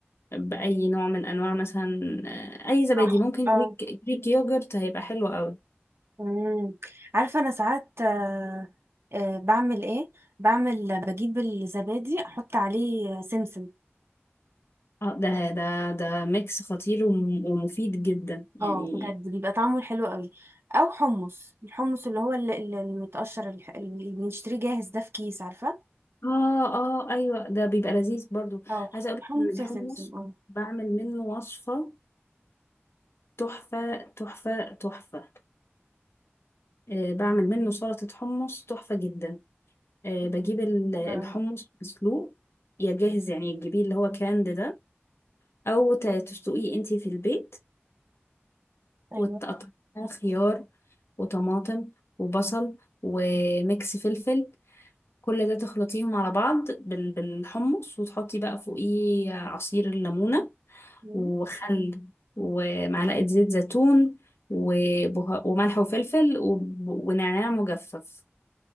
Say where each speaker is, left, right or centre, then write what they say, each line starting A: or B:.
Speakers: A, on the left; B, on the right.
A: بأي نوع من أنواع مثلا آه، أي زبادي
B: صح
A: ممكن
B: اه
A: جريك جريك يوجرت هيبقى حلو قوي
B: مم. عارفة أنا ساعات آه، آه، بعمل إيه؟ بعمل بجيب الزبادي أحط عليه سمسم
A: اه ده ده ده ميكس خطير وم- ومفيد جدا يعني
B: اه بجد بيبقى طعمه حلو قوي أو حمص الحمص اللي هو ال- ال- المتقشر الح- اللي بنشتريه جاهز ده في كيس عارفة؟
A: اه اه ايوه ده بيبقى لذيذ برضو
B: اه
A: عايزه اقول
B: حمص
A: لك الحمص
B: يا سمسم اه
A: بعمل منه وصفه تحفه تحفه تحفه آه بعمل منه سلطه حمص تحفه جدا آه
B: مم.
A: بجيب ال-
B: حلو
A: الحمص
B: أوي.
A: مسلوق يا جاهز يعني تجيبيه اللي هو كاند ده او ت- تسلقيه انتي في البيت
B: أيوه
A: وتقطعيها خيار وطماطم وبصل وميكس فلفل كل ده تخلطيهم على بعض بال- بالحمص وتحطي بقى فوقيه عصير الليمونة
B: مم.
A: وخل ومعلقة زيت زيتون وبه... وملح وفلفل وب... ونعناع مجفف